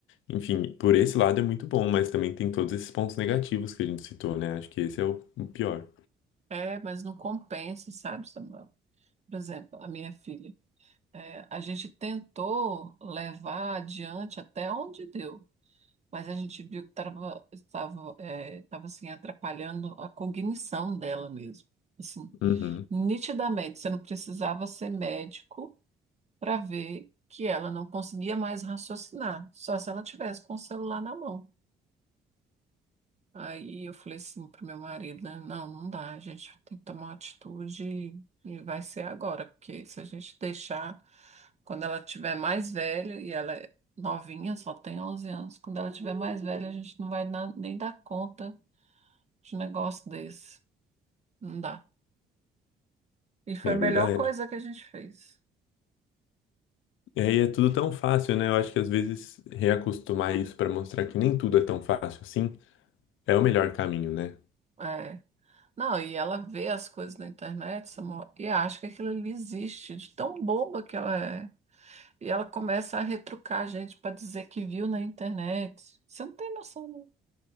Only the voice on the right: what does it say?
É, mas não compensa, sabe, Samuel? Por exemplo, a minha filha, é, a gente tentou levar adiante até onde deu, mas a gente viu que estava, estava, é, estava assim, atrapalhando a cognição dela mesmo. Assim,
nitidamente, você não precisava ser médico para ver que ela não conseguia mais raciocinar, só se ela tivesse com o celular na mão. Aí eu falei assim pro meu marido, né? Não, não dá, a gente tem que tomar uma atitude e vai ser agora, porque se a gente deixar, quando ela tiver mais velha, e ela é novinha, só tem 11 anos, quando ela tiver mais velha, a gente não vai na- nem dar conta de um negócio desse. Não dá. E foi
a melhor
coisa que a gente fez.
É. Não, e ela vê as coisas na internet, Samuel, e acha que aquilo ali existe, de tão boba que ela é. E ela começa a retrucar a gente para dizer que viu na internet. Você não tem noção, não